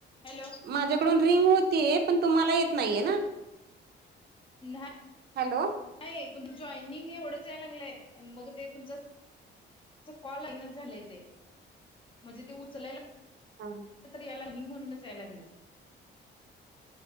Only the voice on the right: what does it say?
माझ्याकडून ring होती पण तुम्हाला येत नाहीये ना.
हॅलो.
हा.